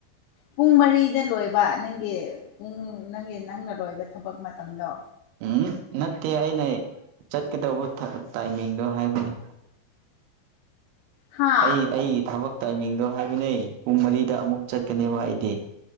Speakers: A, on the left (about 80°); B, on the right (about 80°).
A: ꯄꯨꯡ ꯃꯔꯤꯗ ꯂꯣꯏꯕ ꯅꯪꯒꯤ ꯄꯨꯡ ꯅꯪꯒꯤ ꯅꯪꯅ ꯂꯣꯏꯕ ꯊꯕꯛ ꯃꯇꯝꯗꯣ
B: ꯎꯝ ꯅꯠꯇꯦ ꯑꯩꯅ ꯆꯠꯀꯗꯧꯕ ꯇꯥꯏꯃꯤꯡꯗꯣ ꯍꯥꯏꯕꯅꯦ
A: ꯍꯥ
B: ꯑꯩ ꯑꯩꯒꯤ ꯊꯕꯛ ꯇꯥꯏꯃꯤꯡꯗꯣ ꯍꯥꯏꯕꯅꯦ ꯄꯨꯡ ꯃꯔꯤꯗ ꯑꯃꯨꯛ ꯆꯠꯀꯅꯦꯕ ꯑꯩꯗꯤ